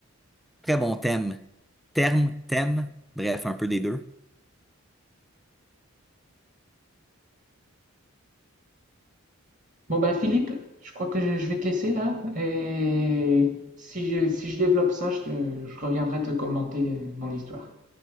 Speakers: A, in the centre; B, on the right.
A: très bon thème, terme, thème, bref, un peu des deux.
B: Bon, bah, Philippe, je crois que je, je vais te laisser là. Et si je, si je développe ça, je, te- je reviendrai te commenter mon histoire.